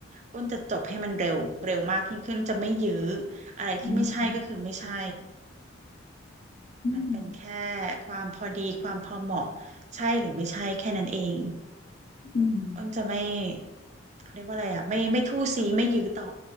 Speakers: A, on the right; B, on the left.
A: อ้นจะจบให้มันเร็ว เร็วมากยิ่งขึ้นจะไม่ยื้ออะไรที่ไม่ใช่ก็คือไม่ใช่
B: อืมอืม
A: มันเป็นแค่ความพอดีความพอเหมาะใช่หรือไม่ใช่แค่นั้นเอง
B: อืม
A: อ้นจะไม่เขาเรียกว่าอะไรอ่ะไม่ไม่ทู่ซีไม่ยื้อต่อ